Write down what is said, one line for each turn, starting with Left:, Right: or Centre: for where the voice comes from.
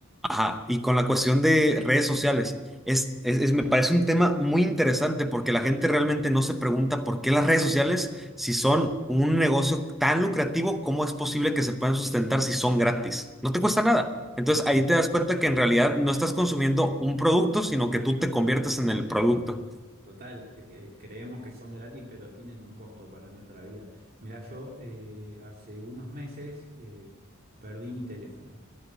Centre: Ajá, y con la cuestión de redes sociales, es, es- es- me parece un tema muy interesante porque la gente realmente no se pregunta por qué las redes sociales, si son un negocio tan lucrativo, ¿cómo es posible que se puedan sustentar si son gratis? No te cuesta nada. Entonces
Right: <laughs>
Centre: ahí te das cuenta que en realidad no estás consumiendo un producto, sino que tú te conviertes en el producto.
Right: Total, eh, eh, creemos que son gratis, pero tienen un costo para nuestra vida. Mira, yo eh, hace unos meses eh, perdí mi teléfono.